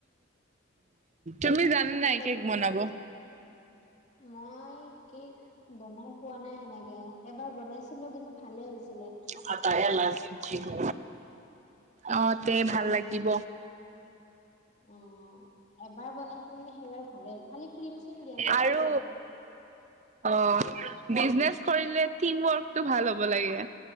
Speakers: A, on the right; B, on the left.
A: তুমি যা যানা
B: সেই
A: নাই
B: কৰিম
A: কেক বনাব।
B: মই- কে বনাই পোৱা নাই। সেনেকে এবাৰ বনাইছিলো কিন্তু ভালে হৈছিলে।
A: উ অ তে ভাল লাগিব।
B: অ এবাৰ বনাইছিলি নে সেইবাৰ ভালে ভালি ক্ৰীম চিম দিয়া নাই
A: আৰু
B: নে নৰ্মেল।
A: অ বিজনেচ কৰিলে টিম ৱৰ্কটো ভাল হ'ব লাগে।